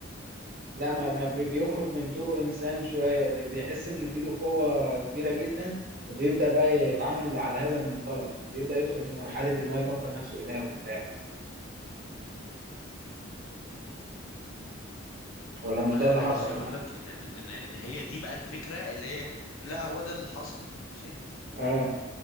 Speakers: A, on the right (about 45°); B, on the left (about 80°).
A: لا ما ما بي- بيخرج من طوره انسان شويه بي- بيحس ان في ايده قوه كبيره جدا فبيبدا بقى يتعامل على هذا المنطلق بيبدا يدخل في مرحله ان هو يفكر نفسه اله وبتاع ولا
B: والله
A: مش ده اللي
B: انا
A: حصل
B: نفسي اقول لك ان ال- ان ان هي دي بقى الفكره اللي هي لا هو ده اللي حصل ماشي
A: اه